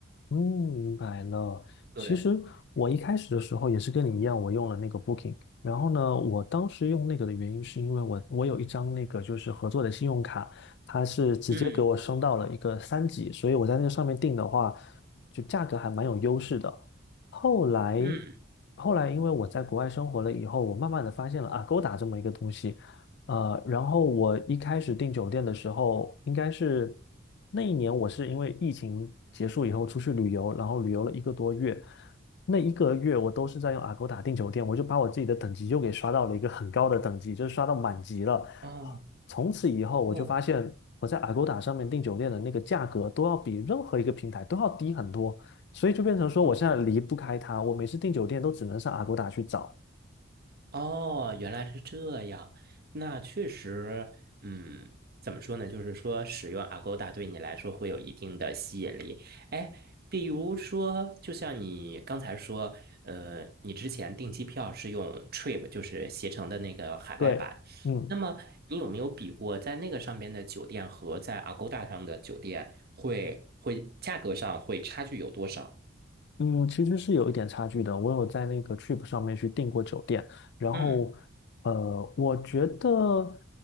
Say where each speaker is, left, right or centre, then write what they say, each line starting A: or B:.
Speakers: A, on the left; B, on the right.
A: 嗯，明白了。
B: 对，
A: 其实我一开始的时候也是跟你一样，我用了那个 Booking。然后呢，我当时用那个的原因是因为我我有一张那个就是合作的信用卡，它是直接给我升到了一个三级，
B: 嗯
A: 所以我在那个上面订的话，就价格还蛮有优势的。后来
B: 嗯，
A: 后来因为我在国外生活了以后，我慢慢的发现了 a 勾 o 这么一个东西，呃，然后我一开始订酒店的时候应该是。那一年我是因为疫情结束以后出去旅游，然后旅游了一个多月，那一个月我都是在用 Agoda 订酒店，我就把我自己的等级又给刷到了一个很高的等级，就是刷到满级了。
B: 哦
A: 从此以后，我就发现我在
B: 哦。
A: Agoda 上面订酒店的那个价格都要比任何一个平台都要低很多，所以就变成说我现在离不开它，
B: 哦。
A: 我每次订酒店都只能上 Agoda 去找。
B: 哦，原来是这样。那确实，嗯，怎么说呢？就是说，使用 Agoda 对你来说会有一定的吸引力。哎，比如说，就像你刚才说，呃，你之前订机票是用 Trip，就是携程的那个海外版。
A: 对，嗯。
B: 那么，你有没有比过在那个上边的酒店和在 Agoda 上的酒店会会价格上会差距有多少？
A: 嗯，其实是有一点差距的。我有在那个 Trip 上面去订过酒店，然后，
B: 嗯，
A: 呃，我觉得